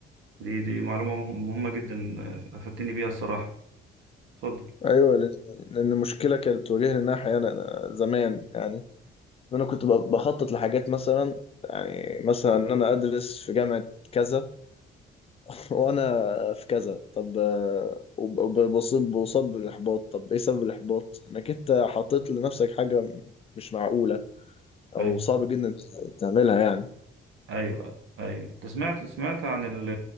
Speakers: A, on the right; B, on the left.
A: دي دي معلومة مه- مهمة جدا آه، افدتني بيها الصراحة اتفضل
B: ايوه لأن لأن المشكله كانت بتواجهني ان انا احيانا زمان يعني ان انا كنت ب- بخطط لحاجات مثلا يعني مثلا ان انا ادرس في جامعه كذا <laughs> وانا في كذا طب آه، وب- وب- بصب بصب بالاحباط طب ايه سبب الاحباط انك انت حطيت لنفسك حاجه مش معقوله او
A: ايوه
B: صعب جدا ت- تعملها يعني
A: ايوه ايوه انت سمعت سمعت عن ال-